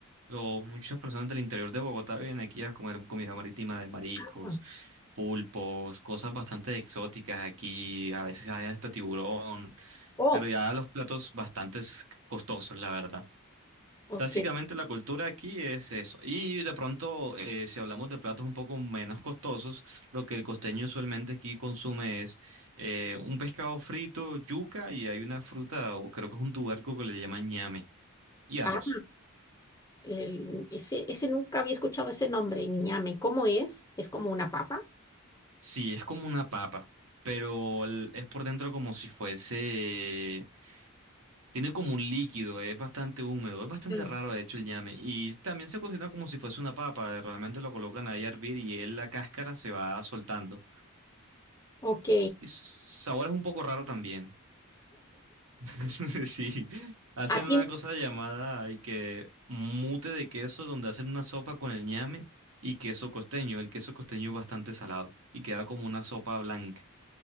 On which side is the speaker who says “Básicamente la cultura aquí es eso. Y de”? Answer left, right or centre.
Right